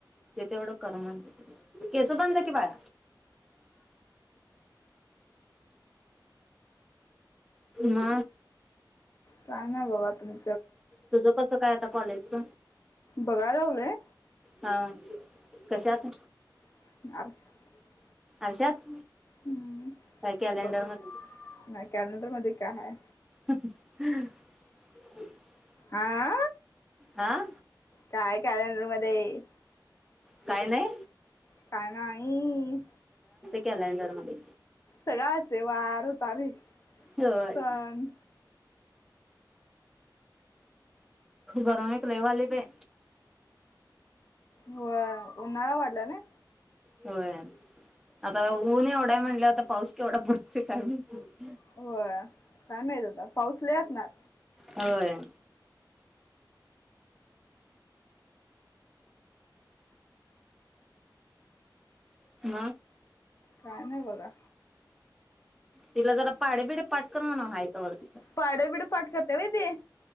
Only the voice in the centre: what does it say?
ते तेवढं कर म्हणतंय केस बांधा की बाळा <inaudible> म
तुझं कसं काय आता कॉलेज <inaudible>
हा कशात
आरशात
काय कॅलेंडर
मधलं
<inaudible>
हा
काय नाही.
कॅलेंडरमध्ये
होय
गरम एक लई व्हायलय बय
होय आता ऊन एवढाय म्हणल्यावर आता पाऊस केवढा पडतोय काय माहिती
होय. म
तिला जरा पाडेबिडे पाठ कर म्हणाव हाय तवर तिचं